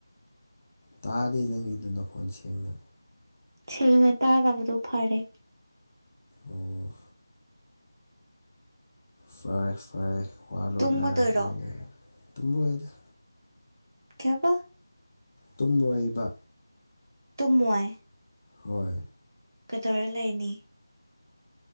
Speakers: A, on the left; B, on the right.
A: ꯇꯗꯦ ꯅꯪꯒꯤꯗꯣ ꯅꯈꯣꯟ ꯁꯦꯡꯅ
B: ꯁꯦꯡꯅ ꯇꯥꯗꯕꯗꯣ ꯐꯔꯦ
A: ꯎꯝ ꯐꯔꯦ ꯐꯔꯦ ꯋꯥ ꯂꯣꯟꯅꯔꯕꯅꯤꯅ
B: ꯇꯨꯝꯃꯗꯣꯏꯔꯣ
A: ꯇꯨꯝ ꯂꯣꯏꯗ
B: ꯀꯩꯕꯥ
A: ꯇꯨꯝꯂꯣꯏꯕ
B: ꯇꯨꯝꯃꯣꯏ
A: ꯍꯣꯏ
B: ꯀꯗꯧꯔ ꯂꯩꯅꯤ